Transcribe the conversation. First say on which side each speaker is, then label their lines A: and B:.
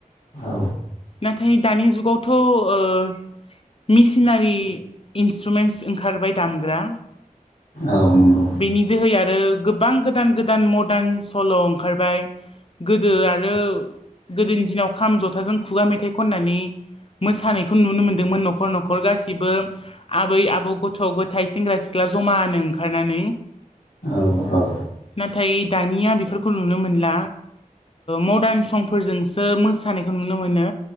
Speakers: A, on the left (about 80°); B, on the left (about 40°).
A: औ
B: नाथाय दानि जुग गथ' मिसिनारि। टुमेन्टस ओंखारबाय दामग्रा।
A: औ नंगौ
B: बेनि जोहै आरो गोबां गोदान गोदान मदार्न सल' ओंखारबाय गोदो आरो गोदोनि दिनाव खाम जथाजों खुगा मेथाइ खननानै मोसानायखौ नुनो मोन्दोंमोन न'खर न'खर गासिबो। आबै आबौ गथ' गथाय सेंग्रा सिख्ला जमानो ओंखारनानै।
A: औ औ।
B: नाथाय दानिया बेफोरखौ नुनो मोनला मदार्न संफोरजों ओ मोसानायखौ नुनो मोनो।